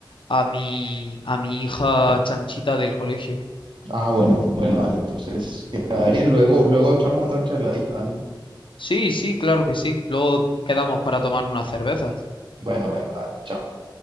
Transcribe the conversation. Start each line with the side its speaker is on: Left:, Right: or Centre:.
Left: a mi, a mi hija Chanchita del colegio.
Right: ah, bueno, bueno, dale, entonces, que te vaya bien. Luego, luego echamos otra charladita, dale.
Left: Sí, sí, claro que sí. Luego quedamos para tomar una cerveza.
Right: Bueno, bueno, dale, chao.